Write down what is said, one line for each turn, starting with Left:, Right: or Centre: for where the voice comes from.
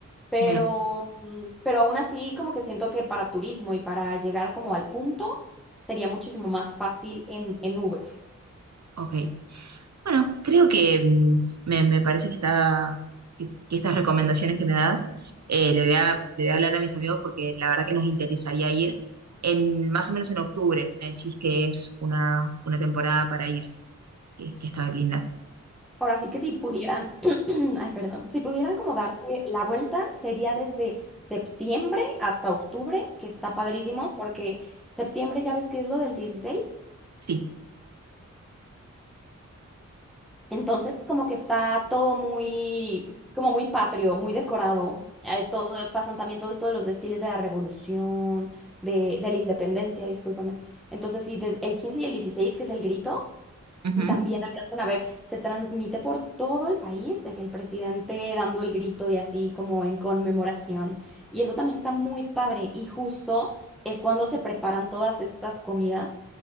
Centre: Pero,
Right: bien,
Centre: mm, pero aún así, como que siento que para turismo y para llegar como al punto, sería muchísimo más fácil en, en Uber.
Right: ok. Bueno, creo que mm, me, me parece que, está, que, que estas recomendaciones que me das eh, le voy a, le voy a hablar a mis amigos porque la verdad que nos interesaría ir en más o menos en octubre. Me decís que es una, una temporada para ir, que, que está linda.
Centre: Ahora sí que si pudieran, <clears throat> ay, perdón, si pudieran como darse la vuelta, sería desde septiembre hasta octubre, que está padrísimo, porque septiembre ya ves que es lo del dieciséis
Right: Sí.
Centre: Entonces, como que está todo muy, como muy patrio, muy decorado. Eh, todo, pasan también todo esto de los desfiles de la Revolución, de, de la Independencia, discúlpame. Entonces, sí, des- el 15 y el 16 que es el grito.
Right: Ujú.
Centre: Y también alcanzan a ver, se transmite por todo el país de que el presidente dando el grito y así como en conmemoración. Y eso también está muy padre. Y justo es cuando se preparan todas estas comidas.